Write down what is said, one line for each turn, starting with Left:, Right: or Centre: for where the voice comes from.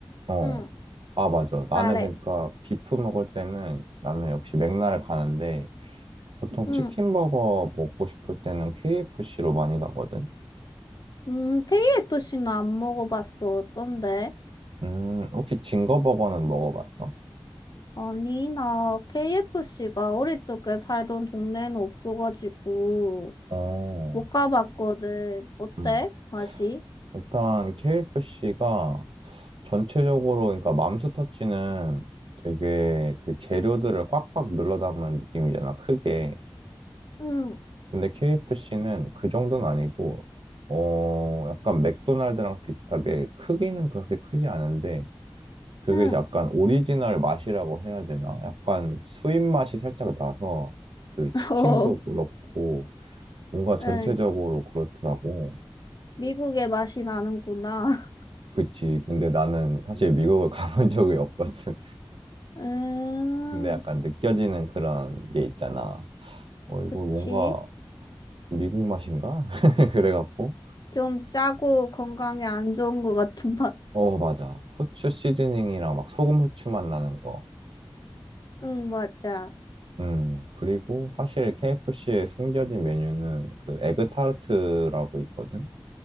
Right: 어.
Left: 응,
Right: 아, 맞아. 나는
Left: 말해.
Right: 그러니까 비프 먹을 때는 나는 역시 맥락을 가는데 보통
Left: 응,
Right: 치킨버거 먹고 싶을 때는 KFC로 많이 가거든.
Left: 음, KFC는 안 먹어봤어. 어떤데?
Right: 음, 혹시 징거버거는 먹어봤어?
Left: 아니, 나 KFC가 어릴 적에 살던 동네에는 없어가지고
Right: 어.
Left: 못 가봤거든. 어때?
Right: 음.
Left: 맛이?
Right: 일단 KFC가 전체적으로 그러니까 맘스터치는 되게 그 재료들을 꽉꽉 눌러 담은 느낌이잖아, 크게.
Left: 응,
Right: 근데 KFC는 그 정도는 아니고 어, 약간 맥도날드랑 비슷하게 크기는 그렇게 크지 않은데 그게
Left: 응.
Right: 약간 오리지널 맛이라고 해야 되나? 약간 수입 맛이 살짝 나서 그 치킨도
Left: <laughs> 어,
Right: 그렇고 뭔가 전체적으로
Left: 응.
Right: 그렇더라고.
Left: 미국의 맛이 나는구나. <laughs>
Right: 그치. 근데 나는 사실 미국을 <laughs> 가본 적이 없거든.
Left: 음,
Right: 근데 약간 느껴지는 그런 게 있잖아. 어, 이거
Left: 그치.
Right: 뭔가 미국 맛인가? <laughs> 그래갖고.
Left: 좀 짜고 건강에 안 좋은 것 같은 <laughs> 맛.
Right: 어, 맞아. 후추 시즈닝이랑 막 소금 후추 맛 나는 거.
Left: 응, 맞아.
Right: 음, 그리고 사실 KFC의 숨겨진 메뉴는 그 에그 타르트라고 있거든?